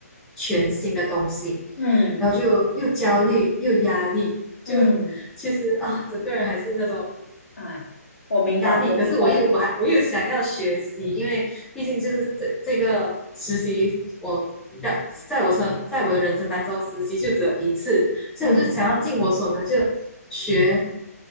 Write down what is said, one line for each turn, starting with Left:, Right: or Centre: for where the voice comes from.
Centre: 全新的东西。
Left: 嗯
Centre: 然后就又焦虑又压力，就
Left: 嗯，
Centre: 其实啊，整个人还是那种
Left: 哎，我明白，
Centre: 压力。
Left: 我明白那种，
Centre: 可是我又我还我又想要学习，因为毕竟就是这这个实习，我在在我生在我的人生当中，
Left: 嗯
Centre: 实习就只有一次，所以我就想要尽我所能就学
Left: 嗯，